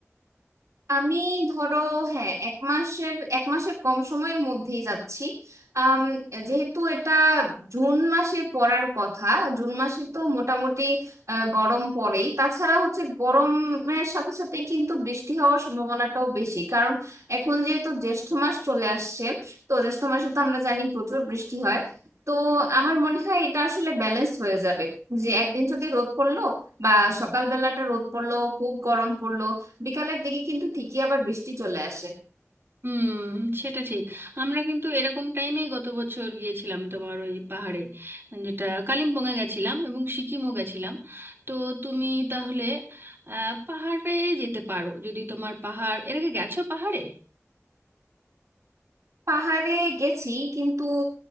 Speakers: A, on the right; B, on the right.
A: আমি ধরো হ্যাঁ এক মাসের এক মাসের কম সময়ের মধ্যেই যাচ্ছি আম, যেহেতু এটা জুন মাসে পড়ার কথা জুন মাসে তো মোটামুটি আহ, গরম পড়েই তাছাড়া হচ্ছে গরমের সাথে সাথে কিন্তু বৃষ্টি হওয়ার সম্ভাবনাটাও বেশি কারণ এখন যেহেতু জ্যৈষ্ঠ মাস চলে আসছে তো জ্যৈষ্ঠ মাসে তো আমরা জানি প্রচুর বৃষ্টি হয় তো আমার মনে হয় এটা আসলে ব্যালেন্স হয়ে যাবে যে একদিন যদি রোদ পড়লো বা সকালবেলাটা রোদ পড়লো খুব গরম পড়লো বিকালের দিকে কিন্তু ঠিকই আবার বৃষ্টি চলে আসে
B: হুম সেটা ঠিক আমরা কিন্তু এরকম টাইমেই গত বছর গিয়েছিলাম তোমার ওই পাহাড়ে যেটা কালিম্পংয়ে গেছিলাম এবং সিকিমও গেছিলাম তো তুমি তাহলে আহ, পাহাড়ে যেতে পারো যদি তোমার পাহাড় এর আগে গেছো পাহাড়ে
A: পাহাড়ে গেছি কিন্তু